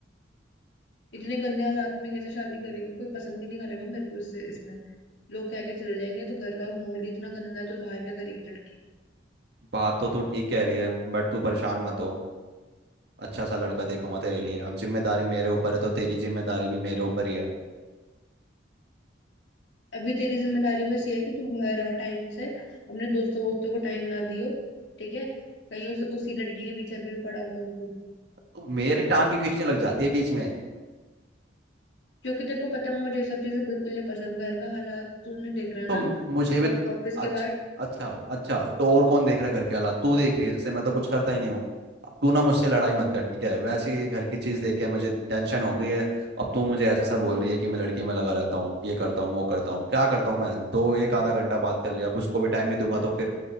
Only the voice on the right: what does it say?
बात तो तू ठीक कह रही है बट तू परेशान मत हो अच्छा सा लड़का देखूंगा तेरे लिए अब जिम्मेदारी मेरे ऊपर है तो तेरी जिम्मेदारी भी मेरे ऊपर ही है
तो मेरी टांग की खींचने लग जाती है बीच में
तो
म- मुझे
भी
तो,
अच्छा
अच्छा अच्छा तो और कौन देख रहा है घर के हालात तू देख रही है जैसे मैं तो कुछ करता ही नहीं हूँ तू ना मुझसे लड़ाई मत कर ठीक है वैसे ये घर की चीज़ देख के मुझे टेंशन हो गई है अब तू मुझे ऐसे ऐसा बोल रही है कि मैं लड़की में लगा रहता हूँ ये करता हूँ वो करता हूँ क्या करता हूँ मैं दो एक आधा घंटा बात कर लिया अब उसको भी टाइम नहीं दूंगा तो फिर